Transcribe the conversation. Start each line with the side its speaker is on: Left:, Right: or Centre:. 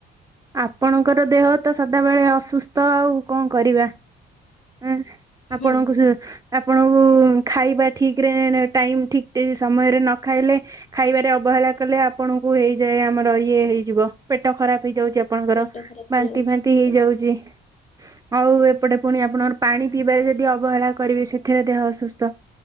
Right: ଆପଣଙ୍କର ଦେହ ତ ସଦାବେଳେ ଅସୁସ୍ଥ ଆଉ କଣ କରିବା। ଏଁ, ଆପଣଙ୍କୁ
Left: ହୁଁ
Right: ସିଏ ଆପଣଙ୍କୁ ଖାଇବା ଠିକରେ ନେ ଟାଇମ୍ ଠିକ୍ ସମୟରେ ନ ଖାଇଲେ ଖାଇବାରେ ଅବହେଳା କଲେ ଆପଣଙ୍କୁ ହେଇଯାଏ ଆମର ଇଏ ହେଇଯିବ ପେଟ ଖରାପ ହେଇଯାଉଛି। ଆ ଆପଣଙ୍କର
Left: ପେଟ ଖରାପ
Right: ବାନ୍ତି
Left: ହେଇଯାଉଛି
Right: ଫାନ୍ତି
Left: ଆଜ୍ଞା।
Right: ହେଇଯାଉଚି। ଆଉ ଏପଟେ ପୁଣି ଆ ଆପଣଙ୍କର ପାଣି ପିଇବାରେ ଯଦି ଅବହେଳା କରିବେ ସେଥିରେ ଦେହ ଅସୁସ୍ଥ।